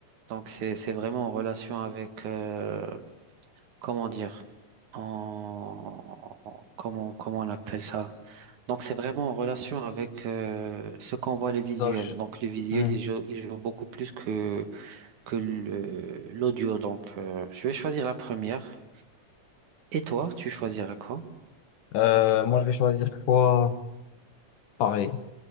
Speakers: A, on the right; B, on the left.
A: Donc, c'est, c'est vraiment en relation avec, euh, comment dire, en, comment, comment on appelle ça? Donc, c'est vraiment en relation avec euh, ce qu'on voit le visuel.
B: ça, je-
A: Donc, le visuel,
B: Hmm.
A: il joue, il joue beaucoup plus que, que le- l'audio. Donc, euh, je vais choisir la première. Et toi, tu choisiras quoi?
B: Euh, moi je vais choisir quoi? Pareil.